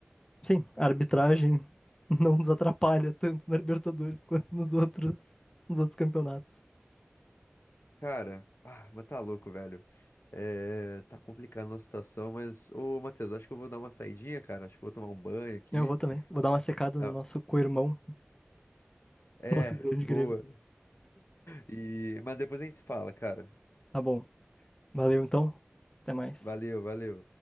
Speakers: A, on the left (about 20°); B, on the left (about 70°).
A: Sim, a arbitragem <laughs> não nos atrapalha tanto na Libertadores quanto nos outros, nos outros campeonatos.
B: Cara, ah, mas tá louco, velho. É, tá complicando a situação, mas, ô, Matheus, acho que eu vou dar uma saidinha, cara. Acho que eu vou tomar um banho aqui.
A: Eu vou também. Vou dar uma secada no
B: Ah,
A: nosso co-irmão, <laughs>
B: É,
A: nosso grande
B: boa.
A: Grêmio.
B: E... Mas depois a gente se fala, cara.
A: Tá bom. Valeu então. Até mais.
B: Valeu, valeu.